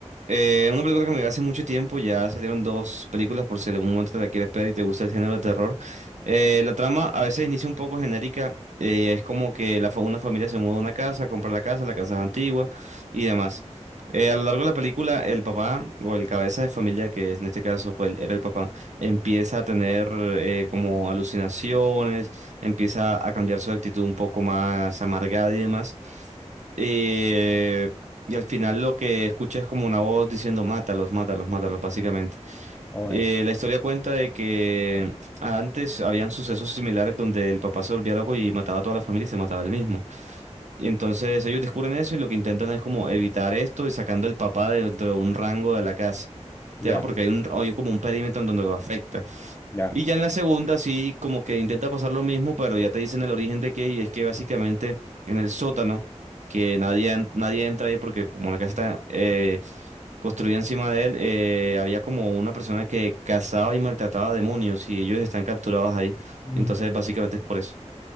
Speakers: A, on the right; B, on the left.
A: Eh, una película que me vi hace mucho tiempo, ya salieron dos películas por si en algún momento te la quieres ver y te gusta el género de terror. Eh, la trama a veces inicia un poco genérica, eh, es como que la, fa- una familia se muda a una casa, compra la casa, la casa es antigua y demás. Eh, a lo largo de la película, el papá o el cabeza de familia, que en este caso fue el- era el papá, empieza a tener eh, como alucinaciones, empieza a cambiar su actitud un poco más amargada y demás. Eh, y al final lo que escucha es como una voz diciendo mátalos, mátalos, mátalos, básicamente.
B: oye
A: Eh, la historia cuenta de que antes habían sucesos similares donde el papá se volvía loco y mataba a toda la familia y se mataba él mismo. Y entonces ellos descubren eso y lo que intentan es como evitar esto y sacando al papá dentro de un rango de la casa.
B: ya,
A: Ya, porque hay un, hay como un perímetro en donde lo afecta.
B: ya.
A: Y ya en la segunda sí, como que intenta pasar lo mismo, pero ya te dicen el origen de qué, y es que básicamente en el sótano, que nadie, en- nadie entra ahí porque como la casa está eh, construida encima de él, eh, había como una persona que cazaba y maltrataba demonios y ellos están capturados ahí.
B: Mm.
A: Entonces básicamente es por eso.